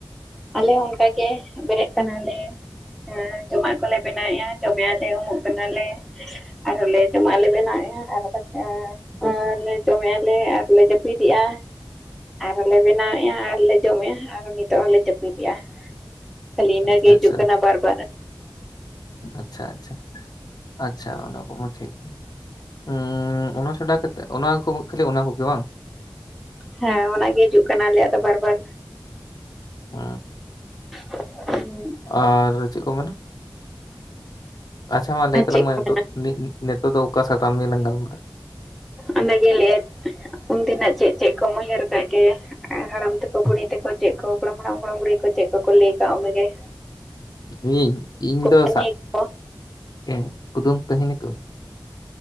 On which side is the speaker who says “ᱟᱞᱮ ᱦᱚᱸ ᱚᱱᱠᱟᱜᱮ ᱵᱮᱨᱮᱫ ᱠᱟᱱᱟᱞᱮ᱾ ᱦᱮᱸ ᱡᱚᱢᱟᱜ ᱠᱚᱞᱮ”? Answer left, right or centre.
Centre